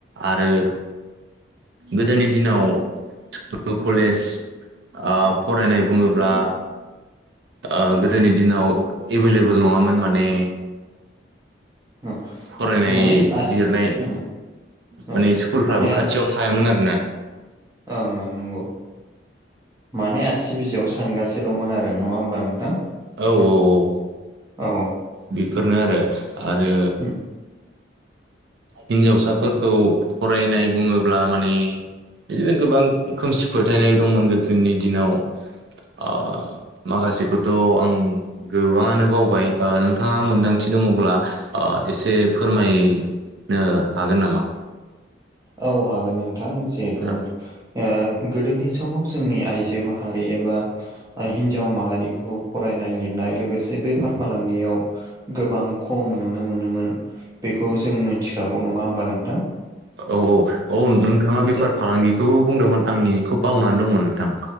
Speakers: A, on the right (about 70°); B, on the right (about 20°).
A: आरो गोदोनि दिनाव स्कुल, कलेज ओ फरायनाय बुङोब्ला ओ गोदोनि दिनाव एभेलेबेल नङामोन माने।
B: औ
A: फरायनाय
B: माने आसि
A: लिरनाय
B: ओं
A: माने
B: औ
A: स्कुलफ्राबो
B: माने
A: खाथियाव
B: आसि
A: थायामोन आरोना।
B: ओं ओं नंगौ। माने आसि बिजौआव सानगासेल'मोन आरो, नङा होमबा नोंथां?
A: औ औ। औ
B: औ।
A: बेफोरनो आरो। आरो
B: उम
A: हिनजावसाफोरखौ फरायनाय बुङोब्ला माने इदिनो गोबां खोमसि फोथायनाय दंमोन गोदोनि दिनाव। ओ माखासेखौथ' आं गोबाङानो बावबाय ओ नोंथाङा मोन्दांथि दङब्ला ओ एसे फोरमाय। नो हागोन नामा।
B: औ हागोन नोंथां जिहेथु
A: ओ
B: ओ गोदोनि समाव जोंनि आइजो माहारि एबा हिन्जाव माहारिखौ फरायनाय लिरनाय लोगोसे बेफार फालांगियाव गोबां खम नुनो मोनोमोन बेखौ जों मिथिखागौ नङा होमबा नोंथां।
A: औ औ औ नोंथाङा बेफार
B: जा
A: फालांगिखौबो बुंदोंमोन आंनिखौ बावनानै दंमोन नोंथां।